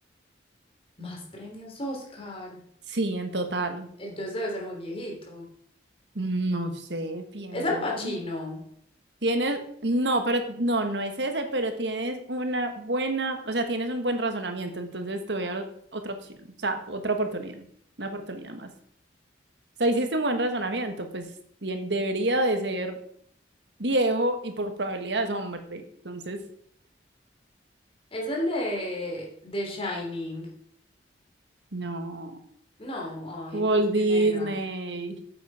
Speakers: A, on the left (about 35°); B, on the right (about 75°).
A: Más premios Oscar.
B: Sí, en total.
A: Entonces debe ser muy viejito.
B: No sé, piensa
A: Es Al Pacino.
B: tú. Tienes, no, pero no, no es ese, pero tienes una buena, o sea, tienes un buen razonamiento, entonces te voy a dar otra opción, o sea, otra oportunidad, una oportunidad más. O sea, hiciste un buen razonamiento, pues bien, debería de ser viejo y por probabilidad es hombre, entonces...
A: Es el de, de Shining.
B: No.
A: No, ay, entonces
B: Walt
A: ¿quién
B: Disney.
A: era?